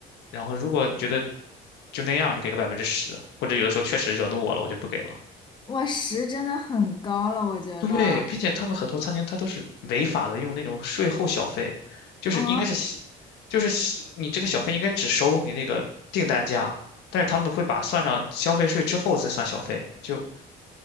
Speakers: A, on the left (about 80°); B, on the left (about 25°).
A: 然后如果觉得就那样，就给个百分之十，或者有的时候确实惹怒我了，我就不给了。
B: 我十真的很高了，我觉得。
A: 对，并且他们很多餐厅它都是违法的，用那种税后小费，就是应该是西就是西你这个小费应该只收你那个订单价，
B: 哦，
A: 但是他们会把算上消费税之后再算小费，就